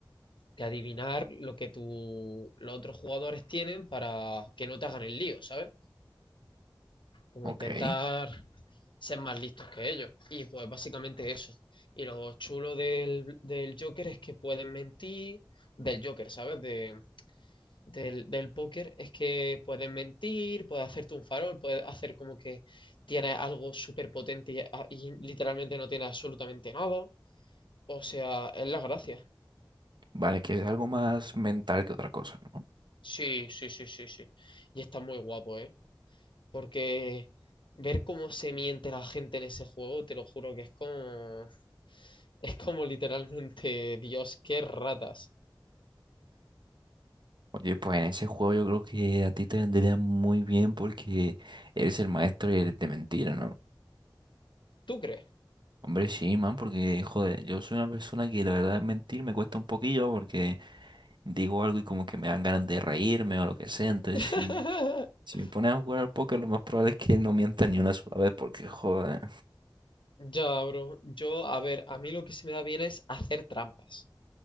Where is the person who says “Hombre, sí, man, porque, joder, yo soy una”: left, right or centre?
Right